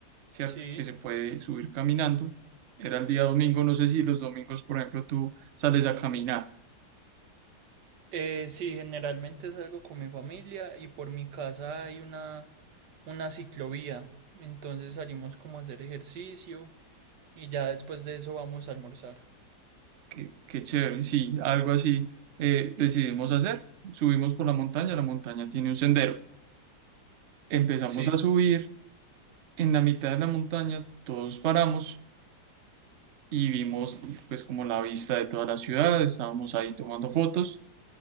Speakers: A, on the right (about 60°); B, on the right (about 85°).
A: ¿cierto?
B: Sí.
A: Que se puede subir caminando. Era el día domingo, no sé si los domingos, por ejemplo, tú sales a caminar.
B: Eh, sí, generalmente salgo con mi familia y por mi casa hay una, una ciclovía. Entonces salimos como a hacer ejercicio y ya después de eso vamos a almorzar.
A: Qué, qué chévere, sí, algo así eh, decidimos hacer. Subimos por la montaña, la montaña tiene un sendero empezamos
B: Sí,
A: a subir En la mitad de la montaña todos paramos y vimos pues como la vista de toda la ciudad, estábamos ahí tomando fotos,